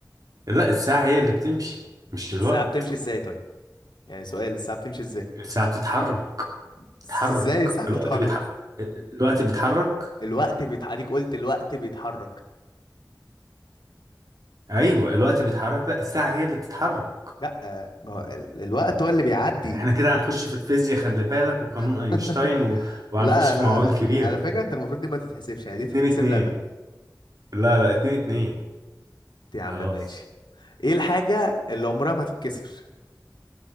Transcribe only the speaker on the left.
الساعة بتمشي ازاي طيب يعني سؤال الساعة بتمشي ازاي
<laughs>
ازاي الساعة بتتحرك
الوقت بيتحرك قلت الوقت بيتحرك
لا ما هو ال- الوقت هو اللي بيعدي
<laughs>
لا
لا
لا
على فكرة انت المفروض دي ما تتحسبش يعني دي
تتحسب
لي انا
يا
عم ماشي ايه الحاجة اللي عمرها ما تتكسر